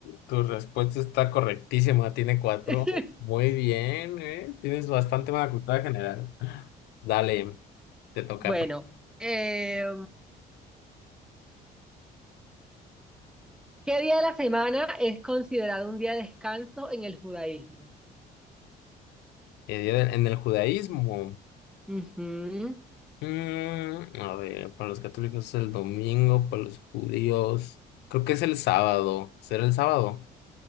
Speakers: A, on the left; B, in the centre.
A: tu respuesta está correctísima, tiene cuatro.
B: <laughs>
A: Muy bien, ¿eh? Tienes bastante buena cultura general. Dale, te toca.
B: Bueno, eh, ¿qué día de la semana es considerado un día de descanso en el judaísmo?
A: Eh, En el judaísmo,
B: Ujú,
A: mm, a ver, para los católicos es el domingo, para los judíos, creo que es el sábado. ¿Será el sábado?